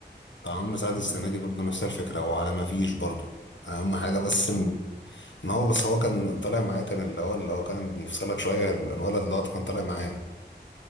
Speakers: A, on the left (about 90°); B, on the left (about 55°).
A: بتاع عمرو سعد
B: اللي
A: السنه
B: هو
A: دي برضه نفس الفكره هو على ما فيش برضه اهم حاجه بس
B: اه
A: ان إن هو بس هو كان طالع معاه كان اللي هو اللي هو كان يفصلك شويه ال- الولد اللي هو كان طالع معاه